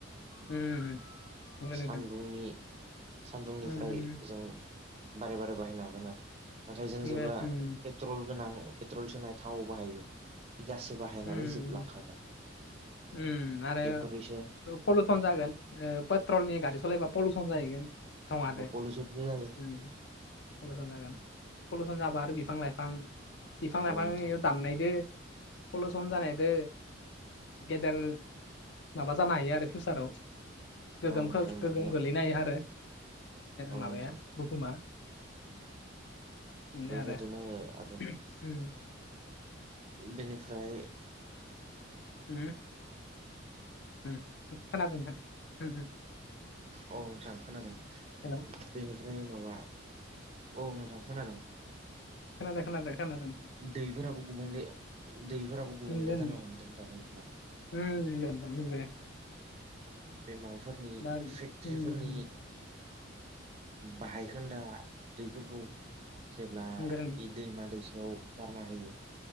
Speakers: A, on the left; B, on the right.
A: उम उम नंगो नोंथां
B: सान्दुंनि सान्दुंनिफ्राय
A: उम उम
B: जों बारे बारे बाहायनो हागोन आरो नाथाय जों
A: नंगो
B: जेब्ला
A: उम
B: पेट्रल गोनां पेट्रल सोनाय थावाव बाहायो बे गासै बाहायनानै
A: उम
B: जोबलांखागोन
A: उम आरो
B: बेफोरनिसो
A: पलिउसन जागोन पेट्रलनि गारि सालायबा पलिउसन जाहैगोनङ
B: अ पलिउसनबो जाय
A: उम पलिउसन जागोन पलिउसन जाबा आरो बिफां लाइफां बिफां लाइफांयाव
B: औ नोंथां
A: दाननायदो पलिउसन जानायदो गेदेर माबा जानो हायो आरो फिउसाराव गोगोम
B: औ नोंथां
A: गोगोम
B: बेनो आरो
A: गोलैनो हायो आरो
B: औ
A: माबाया
B: नोंथां
A: बुहुमा बिनो
B: बेबायदिनो
A: आरो
B: आरो
A: ओ
B: बेनिफ्राय
A: ओ अ खोनादों नोंथां
B: औ नोंथां खोनादों
A: हेल'
B: बेनिफ्राय माबा औ नोंथां खानादों
A: खोनादों खोनादों खोनादों
B: दैफोराबो गुबुंले दैफोराबो गुबुंले
A: उम दे
B: जानो हमदों दानि दिनाव
A: उम बे
B: बेमाबाफोरनि
A: दा
B: फेक्टरफोरनि
A: उम उम
B: बाहाय गोनदा दैफोरखौ जेब्ला
A: उम दे
B: बे दैमा दैसायाव गारना होयो